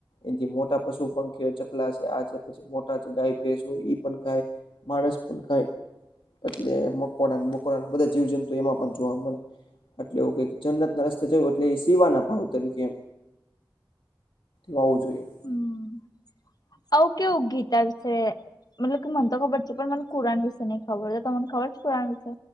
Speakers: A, on the left; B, on the left.
A: એથી મોટા પશુ પંખીઓ ચકલા છે. આ છે પછી મોટા છે ગાય ભેસ હોય ઈ પણ કાય માણસ પણ કાય. એટલે મકોડા ન મકોડા બધા જીવ જંતુ એમાં પણ જોવા મળે. એટલે એવુ કે, જન્નત ના રસ્તે જયું, એટલે એ સીવાના પાાવત તરીકે એમ વાવું જોઈએ.
B: હમ્મ, આવું કેવું ગીત આવસે મતલબ કે મને તો ખબર છે. પણ મને કુરાન વિશે માહિતી ખબર જો મને ખબર છે. કુરાન વિશે